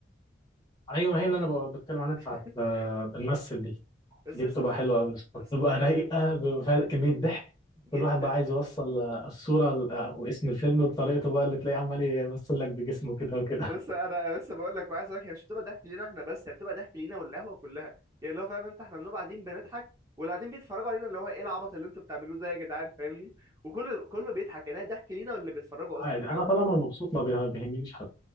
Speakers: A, on the left; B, on the right.
A: ايوه هي اللي انا ب- بتكلم عنها
B: <laughs>
A: بتاعت آه، بنمثل دي
B: بس
A: دي
B: لسه
A: بتبقى
B: ب...
A: حلوه قوي
B: لسه
A: بتبقى
B: بقول
A: رايقه
B: لك
A: بيبقى فيها كميه ضحك
B: جدا
A: كل واحد بقى عايز يوصل آه، الصوره ل- آه، واسم الفيلم بطريقته بقى اللي تلاقيه عمال يمثل لك بجسمه كده وكده
B: بس
A: <laughs>
B: انا بس بقول لك وعايز اقول لك هي مش بتبقى ضحك لينا احنا بس هي بتبقى ضحك لينا والقهوه كلها يعني اللي هو فاهم انت احنا بنبقى قاعدين بنضحك واللي قاعدين بيتفرجوا علينا اللي هو ايه العبط اللي انتوا بتعملوه ده يا جدعان فاهمني وكله كله بيضحك يعني هي ضحك لينا واللي بيتفرجوا
A: عادي
B: اصلا
A: انا
B: فاهم
A: طالما مبسوط ما بيه- بيهمنيش حد